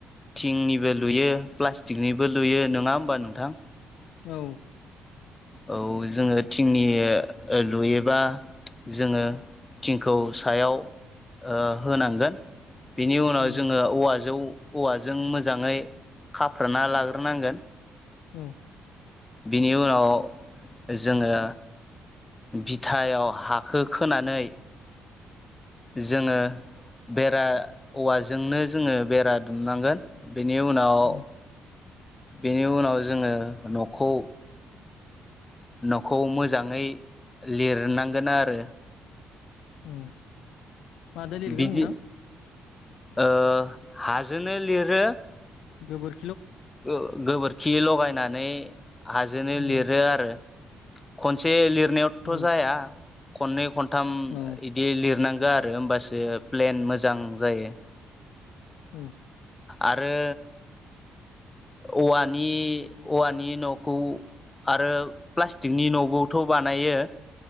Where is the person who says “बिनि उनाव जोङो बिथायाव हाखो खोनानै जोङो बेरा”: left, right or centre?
Left